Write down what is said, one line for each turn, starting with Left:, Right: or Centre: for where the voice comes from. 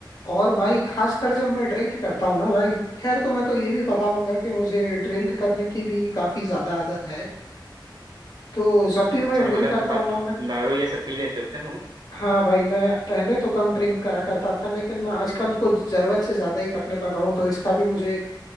Left: और भाई खासकर जब मैं ड्रिंक करता हूँ ना भाई खैर तुम्हें तो ये भी पता होगा कि मुझे ड्रिंक करने की भी काफी ज्यादा आदत है तो जब भी मैं
Right: अच्छा
Left: ड्रिंक
Right: मतलब
Left: करता
Right: दा,
Left: हूँ ना मैं
Right: दारू ये सब पी लेते हो क्या तुम
Left: हाँ भाई मैं पहले तो कम ड्रिंक करा करता था लेकिन मैं आजकल कुछ जरूरत से ज्यादा ही करने लगा हूँ तो इसका भी मुझे एक